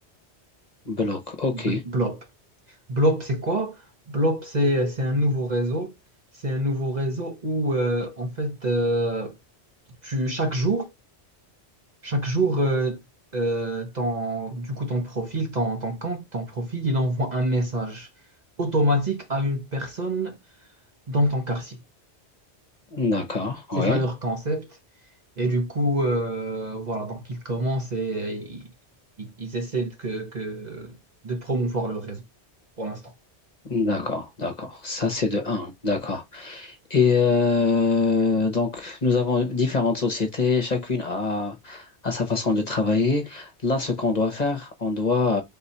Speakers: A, on the left; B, on the right.
A: bloc, ok.
B: Bl- Blob, Blob, c'est quoi? Blob, c'est, c'est un nouveau réseau. C'est un nouveau réseau où, euh, en fait, euh, tu, chaque jour, Chaque jour, euh, euh, ton, du coup, ton profil, ton, ton compte, ton profil, il envoie un message automatique à une personne dans ton quartier.
A: D'accord,
B: C'est
A: ouais.
B: ça leur concept. Et du coup, euh, voilà, donc ils commencent et euh, ils, ils- ils essaient de que, que- de promouvoir le réseau pour l'instant.
A: D'accord, d'accord. Ça, c'est de un, D'accord. Et euh, donc, nous avons différentes sociétés, chacune a, a sa façon de travailler. Là, ce qu'on doit faire, on doit,